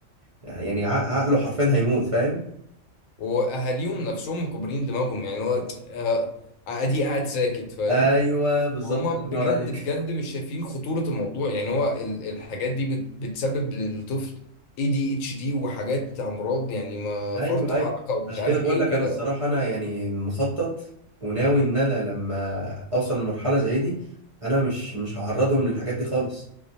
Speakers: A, on the right; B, on the left.
A: يعني عق- عقله حرفيا هيموت فاهم
B: واهاليهم نفسهم مكبرين دماغهم يعني هو آه، ادي قاعد ساكت فاهم
A: ايوه بالظبط
B: وهم
A: الله ينور
B: بجد
A: عليك
B: بجد مش شايفين خطورة الموضوع يعني هو ال- الحاجات دي بت- بتسبب للطفل اي دي اتش دي وحاجات امراض يعني ما
A: <laughs> ايوه
B: فرط حركة
A: ايوه
B: ومش
A: عشان
B: عارف
A: كده بقول
B: ايه وكده
A: لك انا الصراحه انا يعني مخطط وناوي ان انا لما اوصل لمرحله زي دي انا مش مش هعرضهم للحاجات دي خالص